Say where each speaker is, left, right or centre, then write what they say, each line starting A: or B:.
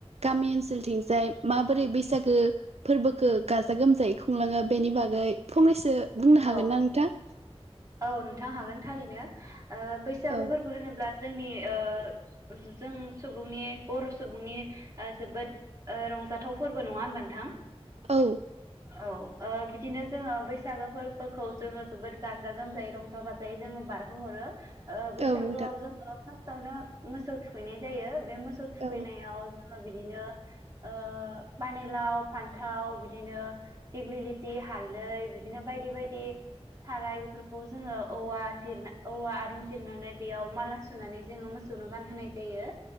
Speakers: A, on the right; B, on the right.
A: गामि ओनसोलथिंजाय माबोरै बैसागु फोरबोखौ गाजा गोमजायै खुंलाङो बेनि बागै फंनैसो बुंनो
B: औ
A: हागोनना नोंथां?
B: औ नोंथां हागोन थारैनो ओ बैसागु
A: औ
B: फोरबो होनोब्ला जोंनि। ओ जों सुबुंनि बर' सुबुंनि जोबोद ओ रंजाथाव फोरबो नङा होनोमब नोंथां?
A: औ
B: औ ओ‌ बिदिनो जोंङो बैसागो फोरबोखौ जोङो जोबोद गाज्रि गाजा गोमजायै रंजा बाजायै जोङो बारगहरो। ओ बैसागोआव
A: औ नोंथां
B: जोंङो फा फासट आवनो नो मोसौ थुखैनाय जायो। बे मोसौ थुखैनायाव
A: औ
B: जोंङो बिदिनो ओ पानिलाव फान्थाव बिदिनो दिग्लिलिथि हालदै बिदिनो बायदि -बायदि थाराय बेफोरखौ जोङो औवा जिर औवा आरुं जिरनानै बेयाव माला सुनानै जोङो मोसौनो गानहोनाय जायो